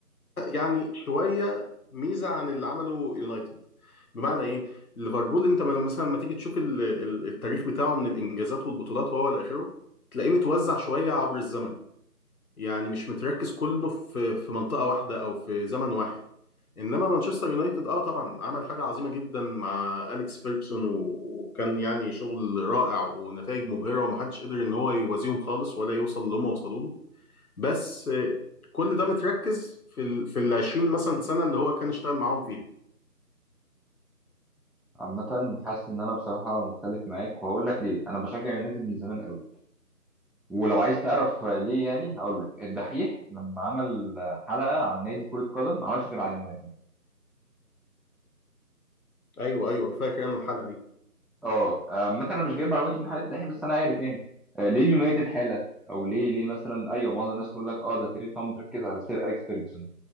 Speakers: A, on the left; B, in the centre.
A: يعني شويه ميزه عن اللي عمله يونايتد بمعنى ايه ليفربول انت ما- مثلا ما تيجي تشوف ال- ال- التاريخ بتاعه من الانجازات والبطولات وهو الى اخره تلاقيه متوزع شويه عبر الزمن يعني مش متركز كله في في منطقة واحدة أو في زمن واحد إنما مانشستر يونايتد أه طبعا عمل حاجة عظيمة جدا مع أليكس فيركسون و- وكان يعني شغل رائع ونتائج مبهرة ومحدش قدر إن هو يوازيهم خالص ولا يوصل اللي هم وصلوا له بس آه، كل ده متركز في ال في ال 20 مثلا سنة اللي هو كان اشتغل معاهم فيها
B: عامه حاسس ان انا بصراحه مختلف معاك وهقول لك ليه انا بشجع يونايتد من زمان قوي، ولو عايز تعرف ليه يعني هقول لك الدحيح لما عمل حلقه عن نادي كره قدم ما عملش غير عن اليونايتد
A: أيوه أيوه فاكر أنا الحلقة دي
B: اه آه، مثلا انا مش جايب معلومات من حلقه الدحيح بس انا عارف يعني آه، ليه اليونايتد حاله او ليه ليه مثلا ايوه معظم الناس تقول لك اه ده تيري فاهم مركز على سير اليكس فيرجسون